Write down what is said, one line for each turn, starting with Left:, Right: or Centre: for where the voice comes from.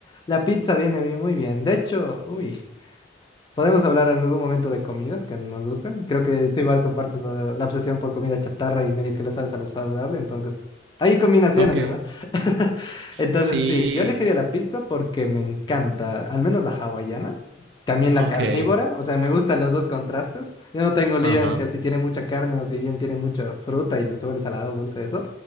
Left: la pizza viene bien- muy bien. De hecho, uy. Podemos hablar en algún momento de comidas que nos gusten. Creo que tú igual compartes la, la obsesión por comida chatarra y medio que le sabes a lo saludable, entonces hay combinaciones,
Right: Ok.
Left: ¿verdad? <laughs> Entonces
Right: Sí,
Left: sí, yo elegiría la pizza porque me encanta, al menos la hawaiana, también la
Right: ok.
Left: carnívora, o sea, me gustan los dos contrastes. Yo no tengo lío
Right: Ajá,
Left: en que si tiene mucha carne o si bien tiene mucha fruta y le sobra salado, dulce, eso.